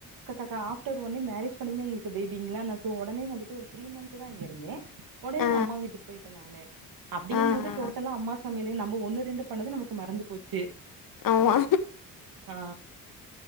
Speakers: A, on the right; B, on the left.
A: கக்கக்கா ஆஃப்டர் ஒன்னே மேரேஜ் பண்ணதுமே எங்களுக்கு பேபிங்களா நா சோ ஒடனே வந்துட்டு ஒரு த்ரீ மன்த் தான் இங்க இருந்தே ஒடனே
B: ஆ ஆ
A: நான் அம்மா வீட்டுக்கு போய் டன் நானு அப்டிங்கமோது
B: ஆ ஆ
A: டோட்டலா அம்மா சாமையலே நம்ப ஒண்ணு ரெண்டு பண்ணது நமக்கு மறந்து போச்சி
B: ஆமா
A: ஆ